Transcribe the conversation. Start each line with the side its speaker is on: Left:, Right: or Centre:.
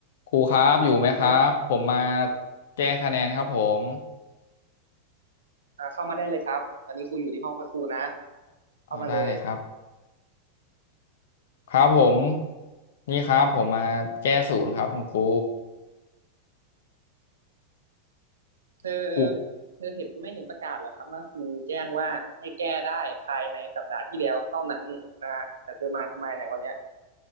Left: ครูครับอยู่ไหมครับผมมา
Right: แล้ว
Left: แก้คะแนนครับผม
Right: อ่าเข้ามาได้เลยครับตอนนี้ครูอยู่ที่ห้องพักครูนะเข้ามาเลย
Left: อ๋อได้เลยครับครับผมนี่ครับผมมาแก้ศูนย์ครับคุณครู
Right: เธอ
Left: ครู
Right: เธอเห็นไม่เห็นประกาศเหรอครับว่าครูแจ้งว่าให้แก้ได้ภายในสัปดาห์ที่แล้วเท่านั้นนะฮะแต่เธอมาทำไมในยวันเนี้ย